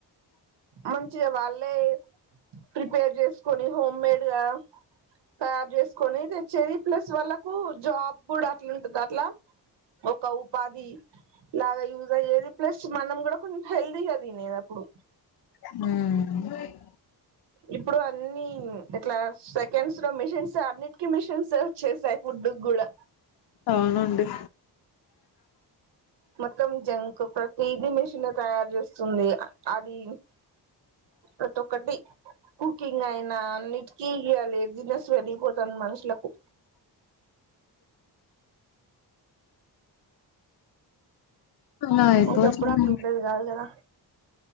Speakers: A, on the right (about 80°); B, on the left (about 60°).
A: మంచిగా వాళ్ళే ప్రిపేర్ చేసుకొని హోమ్మేడ్ గా తయారు చేసుకొని తెచ్చేది ప్లెస్ వాళ్ళకు జాబ్ పుడా అట్లావుంటుంద అట్ల ఒక ఉపాధి లాగా యూజ్ అయ్యేది ప్లస్ మనం కూడా కొం హెల్దీగ నిదప్పుడు
B: ఉమ్
A: ఇప్పుడు అన్ని క్లాస్ సెకండ్స్ లో మిషన్స్ అన్నిటికీ మిషన్స్ వచ్చేసాయి ఫుడ్డు కూడా
B: అవునండి.
A: మొత్తం జంక్ ప్రతిది మెషినే తయారు చేస్తుంది అది ప్రతోక్కటి కుకింగ్ అయినా అన్నిటికీ ఇగ లేజినెస్ పెరిగిపోతాంది మనుషులకు
B: అలా అయిపోచది
A: ఒకప్పుడు అట్లా ఉండేది కాదు కదా